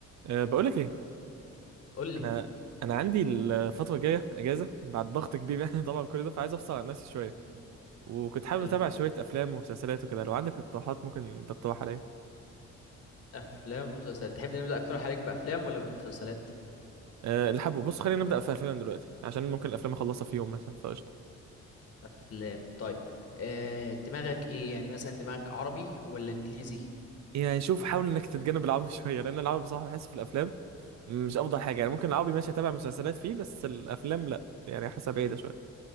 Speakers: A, on the right (about 65°); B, on the left (about 50°).
A: أه بقول لك ايه
B: قول لي
A: انا انا عندي الفتره الجايه اجازه بعد ضغط كبير يعني <laughs> طبعا كل ده فعايز افصل عن نفسي شويه
B: مم.
A: وكنت حابب
B: حلو
A: اتابع شويه افلام ومسلسلات وكده لو عندك اقتراحات ممكن تقترح عليا
B: افلام ومسلسلات تحب نبدا اكتر عليك بافلام ولا بالمسلسلات
A: أه اللي حابه بص خلينا نبدا في افلام دلوقتي عشان ممكن الافلام اخلصها في يوم مثلا فقشطه
B: افلام طيب آه دماغك ايه يعني مثلا دماغك عربي ولا انجليزي
A: يعني شوف حاول انك تتجنب العربي <laughs> شويه لان العربي بصراحه بحس في الافلام مش افضل حاجه يعني ممكن
B: مم.
A: العربي ماشي اتابع مسلسلات فيه بس الافلام لا يعني حاسه بعيده شويه